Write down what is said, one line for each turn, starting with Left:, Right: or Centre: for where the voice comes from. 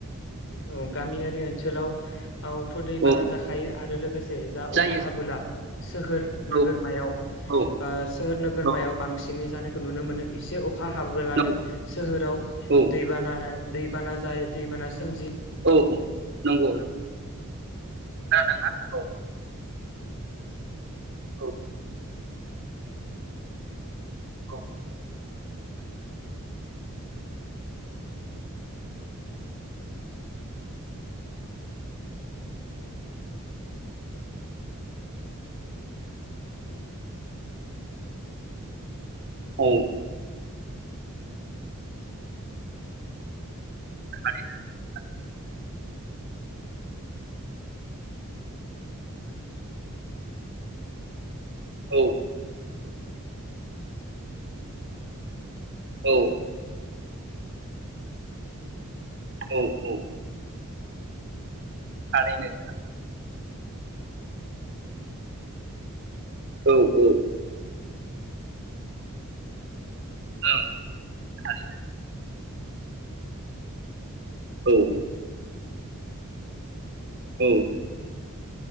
Left: औ गामिया बे ओनसोलाव आवथ' दैबाना
Right: औ
Left: जाखायो आरो लोगोसे जा
Right: जायो
Left: अखा हाबोला सोहोर नोगोरमायाव
Right: औ औ
Left: ओ सोहोर नोगोरमायाव
Right: औ
Left: बांसिनै जानाय खो नुनो मोनो एसे अ खा हाबोलानो
Right: नों
Left: सोहोराव
Right: औ
Left: दैबाना दैबाना जायो दैबाना सोमजि
Right: औ औ नंगौ खोनादों ना औ औ औ औ <inaudible> औ औ औ औ थारैनो औ औ ओं थारैनो। औ औ